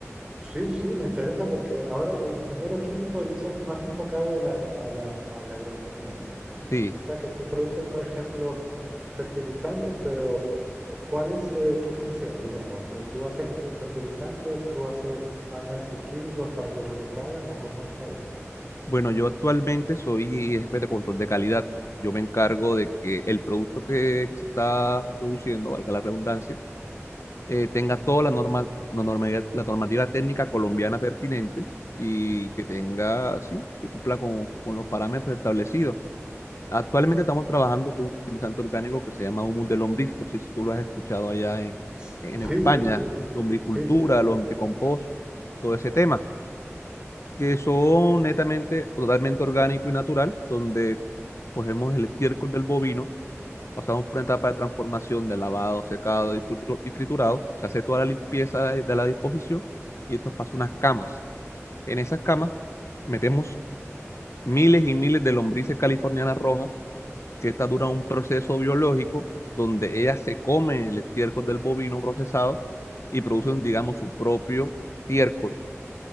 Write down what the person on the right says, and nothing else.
sí, sí, me interesa porque ahora eh, ingeniero químico dices más enfocado a la, a la, a la agronomía, ¿no?
O sea que tú produces, por ejemplo, fertilizantes, pero eh, ¿cuál es eh, tu función, digamos? Eh, ¿Tú haces los fertilizantes, tú haces análisis químicos para que otros los hagan o cómo está eso?
S-
Sí,
sí, sí.
Sí, sí, sí.